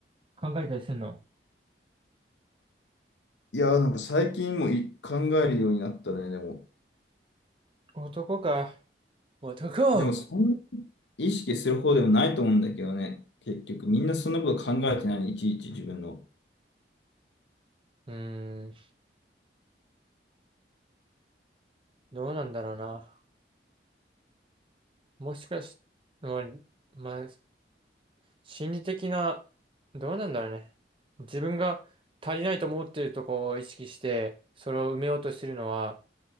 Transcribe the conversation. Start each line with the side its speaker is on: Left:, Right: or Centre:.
Right: 考えたりするの。
Left: いや、なんか最近もい考えるようになったね、でも。
Right: 男か。男
Left: でも、そんな意識する方でもないと思うんだけどね、結局、みんなそんなこと考えてない、いちいち自分の。
Right: うーん、どうなんだろうな。もしかし、まあ、まあ、心理的な、どうなんだろうね。自分が足りないと思っているとこを意識して、それを埋めようとしてるのは、